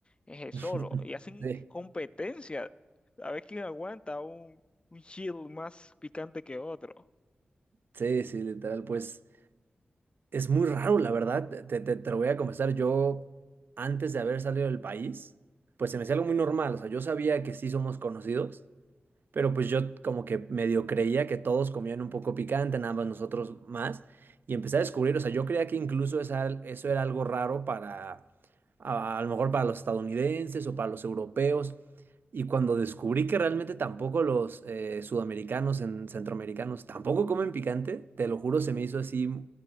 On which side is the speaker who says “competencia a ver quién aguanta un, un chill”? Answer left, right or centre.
Left